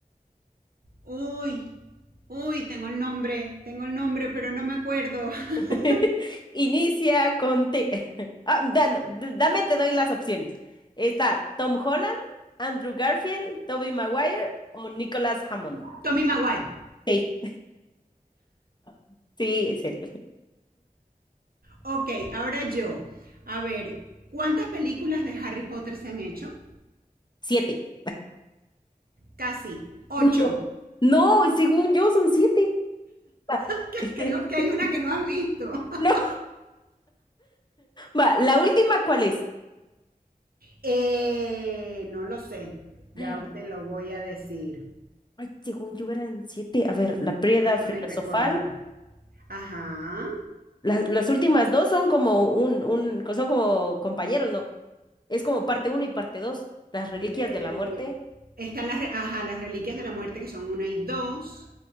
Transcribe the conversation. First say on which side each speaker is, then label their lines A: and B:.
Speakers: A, on the right; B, on the left.
A: Uy, uy, tengo el nombre, tengo el nombre, pero no me acuerdo. <laughs>
B: <laughs> Inicia con T. <laughs> Ah, da- no, d- dame, te doy las opciones. Está Tom Holland, Andrew Garfield, Tobey Maguire o Nicholas Hammond.
A: Tommy Maguire.
B: Sí, <laughs> sí, es él.
A: Ok, ahora yo. A ver, ¿cuántas películas de Harry Potter se han hecho?
B: Siete.
A: Casi, ocho.
B: No, no, según yo son siete. Va.
A: <laughs>
B: <laughs>
A: Creo que hay una que no has visto. <laughs>
B: No, va, la última, ¿cuál es?
A: Eh, no lo sé, ya
B: Ay,
A: te lo voy a decir.
B: ay, según yo eran siete. A ver, la Prieda
A: Déjame
B: filosofal.
A: recordar. Ajá.
B: Las, las últimas dos son como un, un, son como compañeros, ¿no? Es como parte uno y parte dos. Las reliquias
A: Eh,
B: de la muerte.
A: están las, re- ajá, las reliquias de la muerte, que son una y dos.